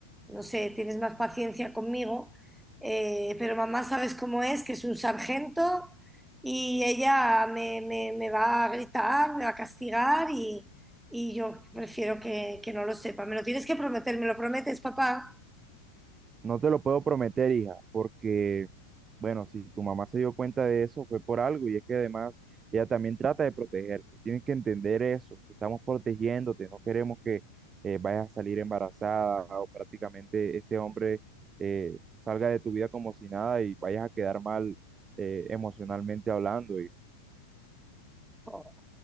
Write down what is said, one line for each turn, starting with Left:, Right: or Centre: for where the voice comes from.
Centre: no sé, tienes más paciencia conmigo, eh, pero mamá sabes cómo es, que es un sargento y ella me, me- me va a gritar, me va a castigar y, y yo prefiero que, que no lo sepa. Me lo tienes que prometer, ¿me lo prometes, papá?
Right: No te lo puedo prometer, hija, porque, bueno, si tu mamá se dio cuenta de eso, fue por algo, y es que además ella también trata de protegerte. Tienes que entender eso, que estamos protegiéndote, no queremos que eh, vayas a salir embarazada o prácticamente este hombre eh, salga de tu vida como si nada y vayas a quedar mal eh, emocionalmente hablando. Y,
Centre: Oh.